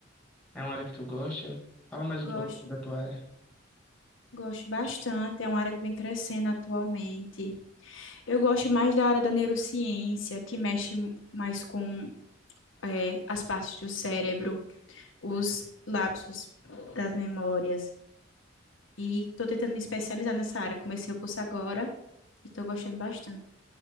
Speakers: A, in the centre; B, on the left.
A: É uma área que tu gosta? Fala mais
B: gosto,
A: um pouco sobre a tua área.
B: gosto bastante, é uma área que vem crescendo atualmente. Eu gosto mais da área da neurociência, que mexe mais com eh, as partes do cérebro, os lapsos das memórias. E estou tentando me especializar nessa área. Comecei o curso agora e estou gostando bastante.